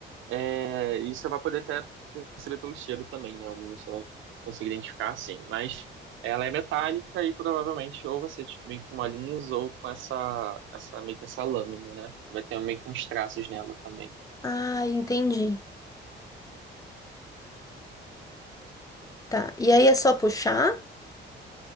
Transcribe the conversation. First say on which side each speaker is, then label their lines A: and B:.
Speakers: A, on the right; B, on the left.
A: É, e você vai poder até perceber pelo cheiro também, né? Alguns você vai conseguir identificar, assim. Mas ela é metálica e provavelmente ou vai ser tipo, meio que uma ou com essa, essa, meio que essa lâmina, né? Que vai ter meio que uns traços nela também.
B: ah, entendi. Tá, e aí é só puxar?